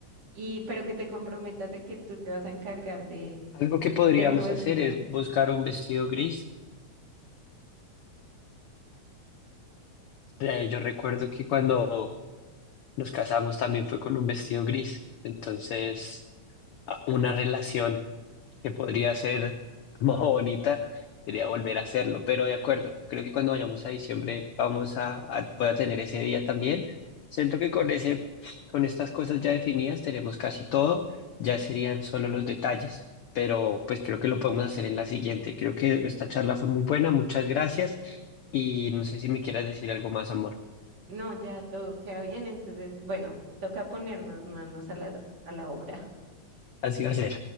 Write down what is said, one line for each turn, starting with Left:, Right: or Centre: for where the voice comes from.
Right: y pero que te comprometas de que tú te vas a encargar de,
Left: Algo que podríamos
Right: de tu vestido.
Left: hacer es buscar un vestido gris. Eh, yo recuerdo que cuando nos casamos también fue con un vestido gris. Entonces, a- una relación que podría ser <laughs> más bonita, quería volver a hacerlo, pero de acuerdo, creo que cuando vayamos a diciembre vamos a, a voy a tener ese día también. Siento que con ese, con estas cosas ya definidas tenemos casi todo, ya serían solo los detalles, pero pues creo que lo podemos hacer en la siguiente. Creo que esta charla fue muy buena, muchas gracias y no sé si me quieras decir algo más, amor.
Right: No, ya todo queda bien, entonces, bueno, toca ponernos manos a la, a la obra.
Left: Así va a ser.